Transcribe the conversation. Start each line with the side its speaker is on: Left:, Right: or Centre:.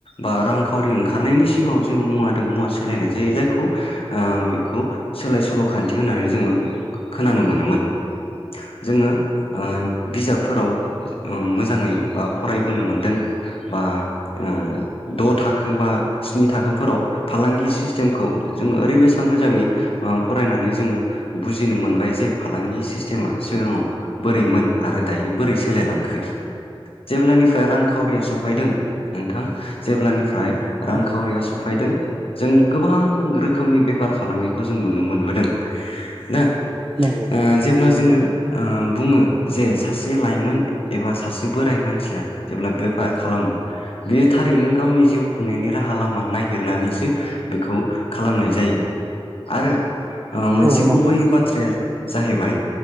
Left: बा रांखावरि ओंखारनायनि सिगाङाव जोङो मुवा दों मुवा सोलायनाय जायो जायखौ ओ बेखौ सोलाय सोल' खान्थि होननानै जोङो खोनानो मोनोमोन। जोङो ओ बिजाबफोराव ओम मोजाङै बा फरायबोनो मोन्दों बा ओ द' थाखो बा स्नि थाखोफोराव फालांगि सिस्टेमखौ जोङो ओरैबायसा मोजाङै ओ फरायनानै जोङो बुजिनो मोनबाय जे फालांगि सिस्टेमा सि सिगाङाव बोरैमोन आरो दायो बोरै सोलायलांखो, जेब्लानिफ्राय रांखावरिया सौफायदों नोंथां, जेब्लानिफ्राय
Right: नंगौ
Left: रांखावरिया सौफैदों जों गोबां रोखोमनि बेफार फालांगिखौ जों नुनो मोनबोदों। दा
Right: नंगौ
Left: ओ
Right: नंगौ
Left: जेब्ला जोङो ओ बुङो जे सासे लाइमोन एबा सासे बोराय मान थिया जेब्ला बेफार खालामो बे थारैनो गावनि जिउ खुंनायनि राहा लामा नागिरनानैसो सो बेखौ खालामनाय जायो। आरो ओ मोनसे
Right: औ नंगौ
Left: गुबैयै बाथ्राया जाहैबाय